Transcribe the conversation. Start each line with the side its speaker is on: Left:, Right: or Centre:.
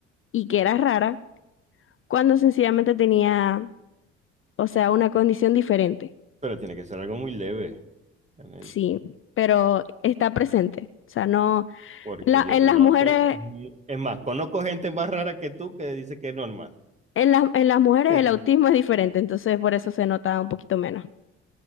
Left: y que era rara, cuando sencillamente tenía O sea, una condición diferente,
Right: Pero tiene que ser algo muy leve, Yaneli.
Left: sí, pero
Right: por-
Left: está presente. O sea, no,
Right: Porque
Left: en la-
Right: yo
Left: en
Right: te
Left: las
Right: noto.
Left: mujeres,
Right: mu- Es más, conozco gente más rara que tú que dice que es normal.
Left: en las, en las mujeres
Right: <laughs>
Left: el autismo es diferente, entonces por eso se nota un poquito menos.